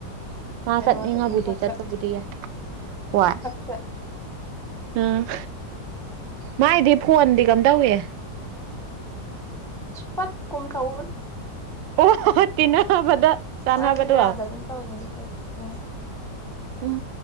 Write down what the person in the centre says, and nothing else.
ꯀꯩꯅꯣꯗ
ꯌꯨꯝꯊꯛꯇ
ꯇ
ꯄꯠ ꯀꯨꯝ ꯊꯥꯎ
ꯃꯥꯁꯨ ꯌꯥꯗꯒꯨꯝ ꯇꯧꯕꯅꯤ ꯀꯦ ꯎꯝ